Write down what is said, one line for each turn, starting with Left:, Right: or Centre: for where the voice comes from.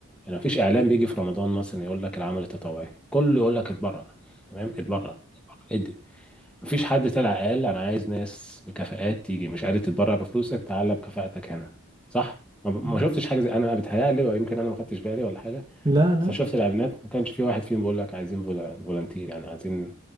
Centre: يعني مفيش اعلام بيجي في رمضان مثلا يقول لك العمل التطوعي كله يقول لك اتبرع تمام اتبرع اتبرع، ادي مفيش حد طلع قال انا عايز ناس بكفاءات تيجي مش قادر تتبرع بفلوسك تعالى بكفاءتك هنا صح ما ما
Right: مم.
Centre: شفتش حاجه زي انا بتهيألي ويمكن انا ما خدتش بالي ولا حاجه
Right: لا لا
Centre: بس أنا شفت الاعلانات ما كانش في واحد فيهم بيقول لك عايزين فولا- فولنتير يعني عايزين